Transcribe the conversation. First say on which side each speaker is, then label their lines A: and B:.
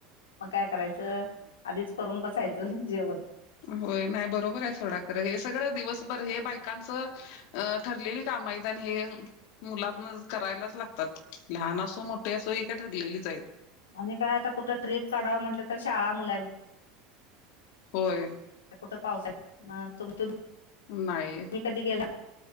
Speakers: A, on the left; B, on the left.
A: मग काय करायचं आदिच करून बसायचं जेवण.
B: होय नाय बरोबराय सोडा कर हे सगळं दिवसभर हे बायकांचं अ ठरलेली काम एत आणि हे मुलातन करायलाच लागतात. लहान असो मोठी असो ही काय ठरलेलीच एत
A: आणि काय आता कुट ट्रीप काढावं म्हटलं तर शाळा मुलां
B: होय
A: <unintelligible>
B: नाही
A: तुम्ही कधी गेला